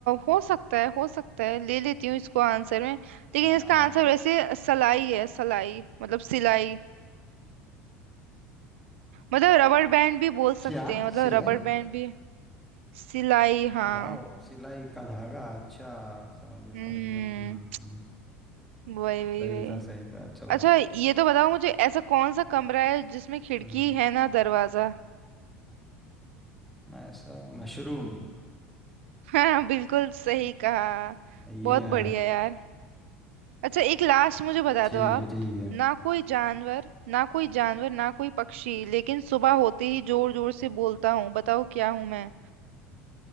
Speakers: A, on the right (about 75°); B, in the centre.
A: हो सकता है हो सकता है ले लेती हूँ इसको आंसर में लेकिन
B: हाँ
A: इसका आंसर वैसे सलाई है सलाई मतलब सिलाई मतलब रबड़ बैंड भी बोल सकते
B: क्या
A: हैं मतलब
B: सिलाई
A: रबड़ बैंड भी सिलाई हाँ
B: वाह सिलाई का धागा अच्छा समझ गया समझ
A: हम्म
B: गया हम्म, हम्म,
A: वही वही
B: सही
A: वही
B: था सही था चलो
A: अच्छा ये तो बताओ मुझे ऐसा कौन सा कमरा है जिसमें खिड़की
B: हम्म,
A: है ना दरवाजा
B: मैं ऐसा मशरूम
A: हाँ बिल्कुल सही कहा
B: या
A: बहुत बढ़िया यार अच्छा एक लास्ट मुझे बता
B: ठीक
A: दो आप
B: है ठीक है
A: ना कोई जानवर ना कोई जानवर ना कोई पक्षी लेकिन सुबह होते ही जोर जोर से बोलता हूँ बताओ क्या हूँ मैं